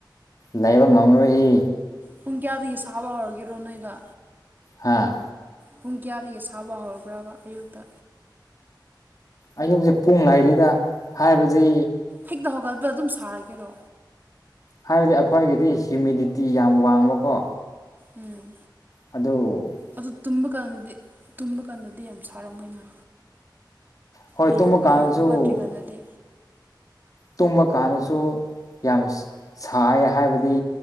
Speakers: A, on the left; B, on the right.
A: ꯂꯩꯕ ꯉꯝꯔꯣꯏꯍꯦ
B: ꯄꯨꯡ ꯀꯌꯥꯗꯒꯤ ꯁꯥꯕ ꯍꯧꯔꯒꯦꯔꯣ ꯅꯣꯏꯗ
A: ꯍꯥꯥ
B: ꯄꯨꯡ ꯀꯌꯥꯗꯒꯤ ꯁꯥꯕ ꯍꯧꯔꯕ꯭ꯔꯕ ꯑꯌꯨꯛꯇ
A: ꯑꯌꯨꯛꯁꯦ ꯄꯨꯡ ꯍꯥꯏꯗꯦꯗ ꯍꯥꯏꯕꯗꯤ
B: ꯍꯦꯛꯇ ꯍꯧꯒꯠꯄ ꯑꯗꯨꯝ ꯁꯥꯔꯒꯦꯔꯣ
A: ꯍꯥꯏꯕꯗꯤ ꯑꯩꯈꯣꯏꯒꯤꯗꯤ ꯍꯤꯌꯨꯃꯤꯗꯤꯇꯤ ꯌꯥꯝ ꯋꯥꯡꯕꯀꯣ
B: ꯎꯝ
A: ꯑꯗꯣ
B: ꯑꯗꯨ ꯇꯨꯝꯕ ꯀꯥꯟꯗꯗꯤ ꯇꯨꯝꯕ ꯀꯥꯟꯗꯗꯤ ꯌꯥꯝ ꯁꯥꯔꯝꯃꯣꯏꯅ
A: ꯍꯣꯏ
B: ꯑꯌꯨꯛ
A: ꯇꯨꯝꯕ ꯀꯥꯟꯗꯁꯨ
B: ꯑꯌꯨꯛ ꯍꯧꯒꯠꯇ꯭ꯔꯤꯀꯥꯟꯗꯗꯤ
A: ꯇꯨꯝꯕ ꯀꯥꯟꯗꯁꯨ ꯌꯥꯝ ꯁꯥꯌꯦ ꯍꯥꯏꯕꯗꯤ